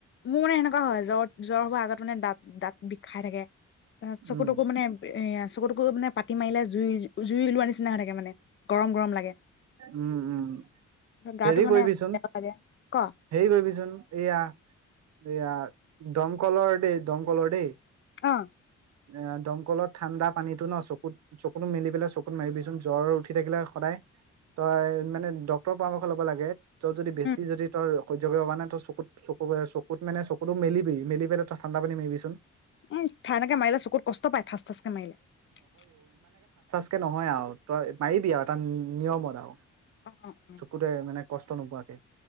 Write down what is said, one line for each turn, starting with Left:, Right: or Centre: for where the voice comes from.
Left: মোৰ এনেক- এনেকা হয়। জ্বৰ-জ্বৰ হোৱাৰ আগত মানে দাঁত দাঁত বিখাই থাকে। চকু
Right: উম
Left: টকু মানে এ আ চকুটোত মানে পাটি মাৰিলে জুই জুই ওলোৱা নিচিনা হৈ থাকে মানে গৰম গৰম লাগে
Right: উম্ উম্।
Left: গাটো
Right: হেৰি
Left: মানে
Right: কৰিবিচোন,
Left: বেয়া লাগে ক
Right: হেৰি কৰিবিচোন, এইয়া এইয়া দমকললৰ দেই দমকলৰ দেই
Left: অ।
Right: এ দমকলত ঠাণ্ডা পানীটো ন চকুত চকুতো মেলি পেলাই চকুত মাৰিবিচোন জ্বৰ উঠি থাকিলে সদায় তই মানে ডক্তৰৰ পৰামৰ্শ ল'ব লাগে। ত' যদি বেছি
Left: উম
Right: যদি তই সহ্য কৰিব পৰা নাই। তই চকুত চকু চকুত মানে চকুতো মেলিবি মেলি পেলাই তই ঠাণ্ডা পানী মাৰিবিচোন।
Left: উম্ ঠা এনেকে মাৰিলে চকুত কষ্ট পায় ঠাঁচ-ঠাঁচকে মাৰিলে।
Right: তে নহয় আৰু তই মাৰিবি আৰু এটা নিয়মত আৰু।
Left: অ অ উম্
Right: চকুতে মানে কষ্ট নোপোৱাকে।